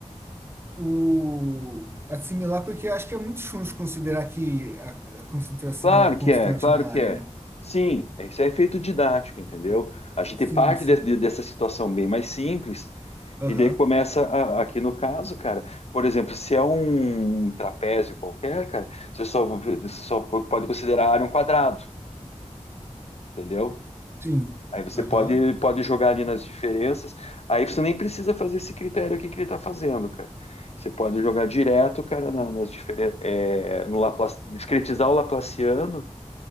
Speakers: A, on the right (about 20°); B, on the left (about 55°).
A: o, assimilar, porque eu acho que é muito chuncho considerar que a, a concentração
B: claro
A: é constante
B: que é, claro
A: na área,
B: que é.
A: né?
B: Sim, é- isso é efeito didático, entendeu? A gente
A: Sim,
B: parte
A: sim.
B: de- de- dessa situação bem mais simples
A: Aham.
B: e daí começa a- aqui no caso, cara, por exemplo, se é um um trapézio qualquer, cara, você só, você só pode considerar a área um quadrado. Entendeu?
A: Sim.
B: Aí você
A: Aham.
B: pode, pode jogar ali nas diferenças. Aí você nem precisa fazer esse critério aqui que ele está fazendo, cara. Você pode jogar direto, cara, na- nas diferenças, é, no Laplace, discretizar o Laplaciano